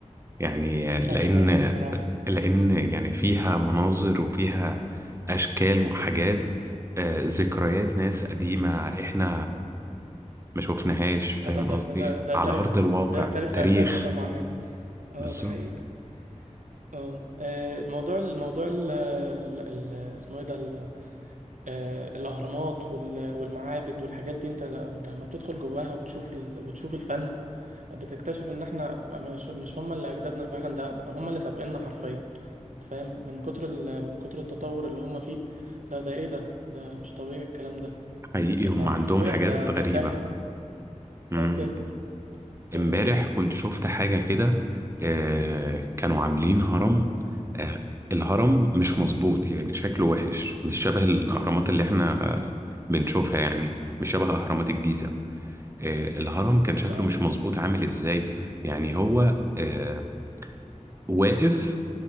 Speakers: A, on the right; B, on the right.
A: يعني لأن
B: اه دي حقيقه الصراحه
A: لأن يعني فيها مناظر وفيها أشكال وحاجات آه، ذكريات ناس قديمة احنا ما شفناهاش فاهم
B: آه، ده تار-
A: قصدي
B: ده ده
A: على
B: تاريخ
A: أرض الواقع
B: ده تاريخ
A: تاريخ
B: اجدادنا طبعا يعني اه
A: بالظبط
B: ده حقيقي اه آه، الموضوع الموضوع ال ال- ال- اسمه ايه ده ال- آه، الاهرامات وال- والمعابد والحاجات دي انت ل- انت لما بتدخل جواها وتشوف ال وتشوف الفن بتكتشف ان احنا مش مش هم اللي اجدادنا فعلا ده ده هم اللي سابقنا حرفيا أنت فاهم من كتر ال من كتر التطور اللي هم فيه لا ده ايه ده ده مش طبيعي الكلام ده
A: حقيقي هم
B: يعني
A: عندهم
B: حرفيا
A: حاجات
B: ده ده
A: غريبة
B: سحر
A: مم.
B: اه بجد آه،
A: امبارح كنت شفت حاجة كده آه كانوا عاملين هرم آه الهرم مش مظبوط يعني شكله وحش مش شبه الأهرامات اللي احنا آه بنشوفها يعني مش شبه أهرامات الجيزة آه الهرم كان شكله
B: ده
A: مش مظبوط عامل ازاي يعني هو آه واقف